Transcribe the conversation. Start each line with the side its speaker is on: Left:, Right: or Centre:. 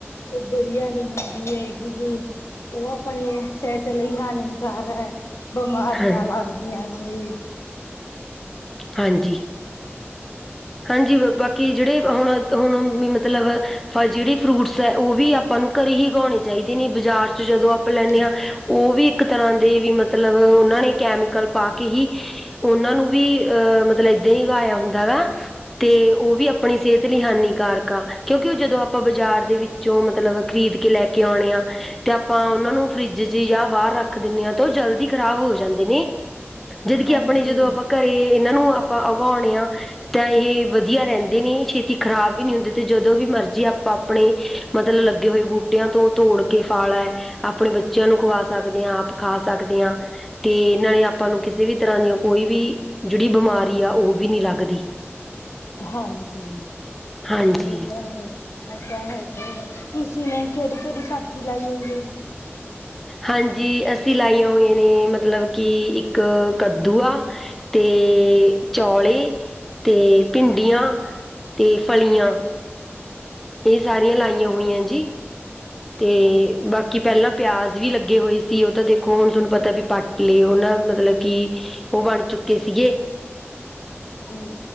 Left: ਓ ਵਦੀਆ ਨੀ ਹੁੰਦੀ ਹੈਗੀ ਜੀ। ਓ ਆਪਣੇ ਸਿਹਤ ਲਈ ਹਾਨੀਕਾਰ ਹੈ ਬਿਮਾਰੀਆਂ
Centre: ਹਾਂ
Left: ਲੱਗਦੀਆਂ ਨੇ
Centre: ਹਾਂਜੀ। ਹਾਂਜੀ ਬਾਕੀ ਜੇੜੇ ਹੁਣ ਹੁਣ ਵੀ ਮਤਲਬ ਜੇੜੀ ਫਰੂਟਸ ਐ ਓ ਵੀ ਆਪਾਂ ਨੂੰ ਘਰੇ ਈ ਉੱਗਾਉਣੇ ਚਾਈਦੇ ਨੇ ਬਾਜ਼ਾਰ ਚ ਜਦੋਂ
Left: ਹਾਂਜੀ
Centre: ਆਪਾਂ ਲੈਨੇ ਆ ਓ ਵੀ ਇੱਕ ਤਰ੍ਹਾਂ ਦੇ ਵੀ ਮਤਲਬ ਓਨਾਂ ਨੇ ਕੈਮੀਕਲ ਪਾ ਕੇ ਹੀ ਓਨਾਂ ਨੂੰ ਵੀ ਅ ਮਤਲਬ ਏਦਾਂਹੀ ਉਗਾਇਆ ਹੁੰਦਾ ਵਾ ਤੇ ਓ ਵੀ ਆਪਨੀ ਸ੍ਹੇਤ ਲਈ ਹਾਨੀਕਾਰਕ ਆ ਕਿਉਂਕਿ ਓ ਜਦੋਂ ਆਪਾਂ ਬਾਜ਼ਾਰ ਦੇ ਵਿੱਚੋਂ ਮਤਲਬ ਖਰੀਦ ਕੇ ਲੈ ਕੇ ਆਉਣੇ ਆ ਤੇ ਆਪਾਂ ਓਨਾਂ ਨੂੰ ਫਰਿੱਜ ਚ ਜਾਂ ਬਾਰ ਰੱ ਖ ਦਿਨੇ ਆ ਤਾਂ ਓ ਜਲਦੀ ਖ਼ਰਾਬ ਹੋ ਜਾਂਦੇ ਨੇ ਜਦ ਕਿ
Left: ਹਾਂਜੀ
Centre: ਆਪਣੇ ਜਦੋਂ ਆਪਾਂ ਘਰੇ ਏਨਾਂ ਨੂੰ ਆਪਾਂ ਉਗਾਉਣੇ ਆ ਤਾਂ ਏ ਵਦੀਆ ਰੈਂਦੇ ਨੇ ਛੇਤੀ ਖ਼ਰਾਬ ਵੀ ਨੀ ਹੁੰਦੀ ਤੇ ਜਦੋਂ ਵੀ ਮਰਜੀ ਆਪਾਂ ਆਪਨੇ ਮਤਲਬ ਲੱਗੇ ਹੋਏ ਬੂਟਿਆਂ ਤੋਂ ਤੋੜ ਕੇ ਫਾਲਾ ਐ ਆਪਨੇ ਬੱਚਿਆਂ ਨੂੰ ਖਵਾ ਸਕਦੇ ਆ ਆਪ ਖਾ ਸਕਦੇ ਆ ਤੇ ਨਾਲੇ ਆਪਾਂ ਨੂੰ ਕਿਸੇ ਵੀ ਤਰ੍ਹਾਂ ਦੀਆਂ ਕੋਈ ਵੀ, ਜਿਹੜੀ ਬਿਮਾਰੀ ਆ ਉਹ ਵੀ ਨੀ ਲੱਗਦੀ
Left: ਹਾਂਜੀ
Centre: ਹਾਂਜੀ
Left: ਏ ਤਾਂ ਹੈ। ਉਹ ਤਾਂ ਹੈ, ਤੁਸੀ ਨੇ ਕਿਹੜੀ- ਕਿਹੜੀ ਸਬਜ਼ੀ ਲਾਈ ਹੋਈ ਐ।
Centre: ਹਾਂਜੀ ਅਸੀਂ ਲਾਈਆਂ ਹੋਈਆਂ ਨੇ ਮਤਲਬ ਕਿ ਇੱਕ ਕੱਦੂ ਆ। ਤੇ ਚੌਲੇ ਤੇ ਭਿੰਡੀਆਂ ਤੇ ਫਲੀਆਂ। ਇਹ ਸਾਰੀਆਂ
Left: ਠੀਕ
Centre: ਲਾਈਆਂ ਹੋਈਆਂ ਜੀ, ਤੇ
Left: ਹਾਂਜੀ
Centre: ਬਾ ਬਾਕੀ ਪਹਿਲਾਂ ਪਿਆਜ ਵੀ ਲੱਗੇ ਹੋਏ ਸੀ ਉਹ ਤਾਂ ਦੇਖੋਂ ਹੁਣ ਤੁਹਾਨੂੰ ਪਤਾ ਪੱਟ ਹੀ ਲਏ, ਉਹ ਨਾ ਮਤਲਬ ਕਿ ਉਹ ਬਣ ਚੁੱਕੇ ਸੀਗੇ।
Left: ਹਾਂਜੀ।